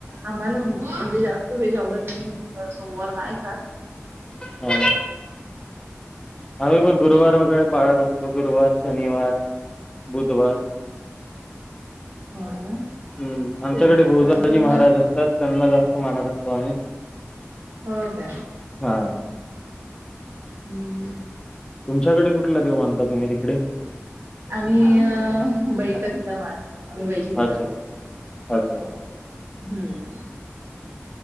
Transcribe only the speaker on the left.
हा. आम्ही पण गुरुवार वगैरे पाळत असतो गुरुवार शनिवार बुधवार
हम्म आमच्याकडे
भोजाजी
महाराज
असतात त्यांना जास्त मानत असतो आम्ही.
हा
तुमच्याकडे कुठला देव मानता तुम्ही तिकडे
अच्छा
अच्छा